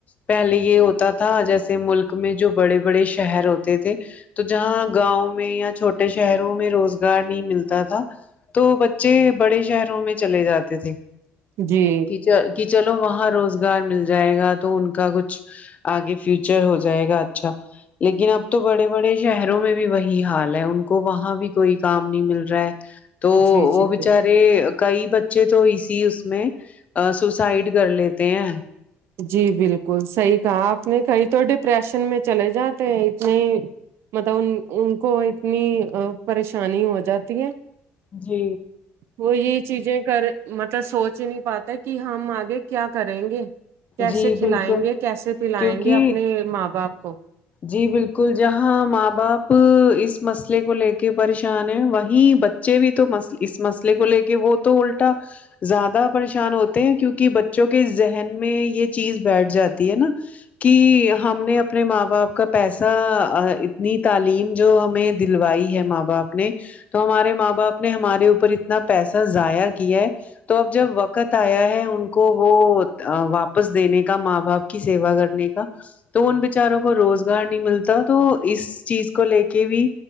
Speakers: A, on the left; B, on the right.
A: پہلے یہ ہوتا تھا جیسے ملک میں جو بڑے بڑے شہر ہوتے تھے تو جہاں گاؤں میں یا چھوٹے شہروں میں روز گار نہیں ملتا تھا تو بچے بڑے شہروں میں چلے جاتے تھے
B: جی
A: کہ چ کی چلو وہاں روزگار مل جائے گا تو ان کا کچھ آگے فیوچر ہو جائے گا اچھا لیکن اب تو بڑے بڑے شہروں میں بھی وہی حال ہے ان کو وہاں بھی کوئی کام نہیں مل رہا ہے تو
B: جی
A: وہ
B: جی
A: بچارے
B: بالکل
A: کئی بچ چے تو اسی اس میں سوسائڈ کر لیتے ہیں
B: جی بالکل صحیح کہا آپ نے کئی تو ڈپریشن میں چلے جاتے ہے اتنی مطلب ان ان کو اتنی پریشانی ہو جاتی ہے
A: جی
B: وہ یہ چیزیں کر مطلب سوچ ہی نہیں پاتا کہ ہم آگے کیا کریں گے کیسے
A: جی
B: کھلائیں
A: بالکل
B: گے کیسے پلائیں
A: کیونکہ
B: گے اپنے ماں باپ کو
A: جی بالکل جہاں ماں باپ اس مسئلے کو لے کے پریشان ہے وہی بچے بھی تو مس اس مسئلے کو لے کے وہ تو الٹا زیادہ پریشان ہوتے ہیں کیونکہ بچوں کے ذہن میں یہ چیز بیٹھ جاتی ہے نا کہ ہم نے اپنے ماں باپ کا پیسہ اتنی تعلیم جو ہمیں دلوائی ہے ماں باپ نے تو ہمارے ماں باپ نے ہمارے اوپر اتنا پیسہ ضائع کیا ہے تو اب جب وقت آیا ہے ان کو وہ واپس دینے کا ماں باپ کی سیوا کرنے کا تو ان بچاروں کو روز گار نہیں ملتا تو اس چیز کو لے کے بھی